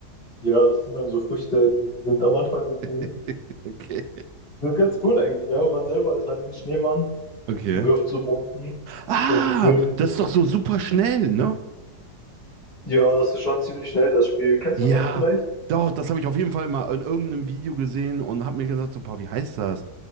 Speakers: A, on the left (about 35°); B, on the right (about 75°).
A: ja, das sind dann so Früchte, die sind am Anfang sind die
B: <laughs> Okay.
A: sind ganz cool eigentlich, ja. Man selber ist halt ein Schneemann
B: Okay.
A: und wirft so Bomben.
B: Ah,
A: Dann führen.
B: das ist doch so super schnell, ne?
A: Ja, das ist schon ziemlich schnell, das Spiel. Kennst
B: Ja,
A: du das vielleicht?
B: doch, das habe ich auf jeden Fall mal in irgendeinem Video gesehen und habe mir gesagt, so, boah, wie heißt das?